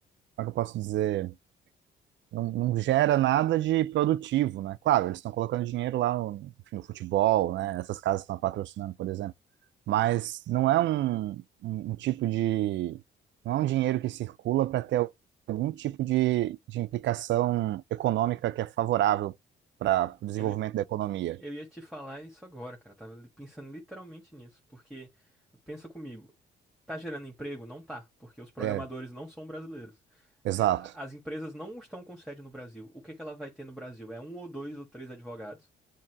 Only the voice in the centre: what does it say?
Eu,
eu ia te falar isso agora, cara. Eu tava pensando literalmente nisso, porque pensa comigo, Tá gerando emprego? Não tá, porque os programadores
não são brasileiros.
É, a- As empresas não estão com sede no Brasil. O que que ela vai ter no Brasil? É um ou dois ou três advogados.